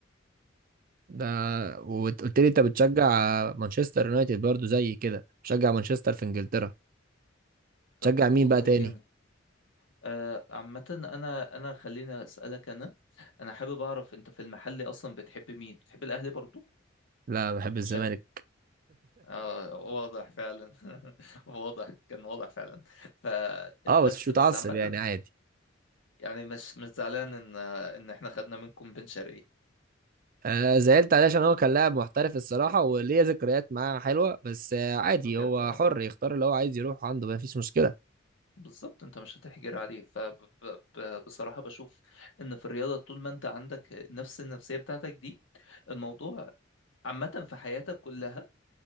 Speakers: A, on the right (about 45°); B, on the left (about 75°).
A: ده وقلت لي انت بتشجع مانشستر يونايتد برضو زي كده بتشجع مانشستر في انجلترا
B: طب
A: بتشجع
B: والله
A: مين بقى تاني
B: جامد آه عامة أنا أنا خليني أسألك أنا أنا حابب أعرف أنت في المحل أصلا بتحب مين؟ بتحب الأهلي برضو؟
A: لا بحب الزمالك
B: شكل آه واضح فعلا <laughs> واضح كان واضح فعلا ف
A: اه بس
B: بس
A: مش متعصب
B: بس عامة
A: يعني عادي
B: يعني مش مش زعلان إن إن إحنا خدنا منكم بن شرقي
A: آه زعلت عليه عشان هو كان لاعب محترف الصراحة وليه ذكريات معاه حلوة بس آه عادي
B: بجد
A: هو
B: اه
A: حر يختار اللي هو عايز يروح عنده مفيش مشكلة
B: بالظبط انت مش هتحجر عليه فبصراحة بشوف ان في الرياضة طول ما انت عندك نفس النفسية بتاعتك دي الموضوع عامة في حياتك كلها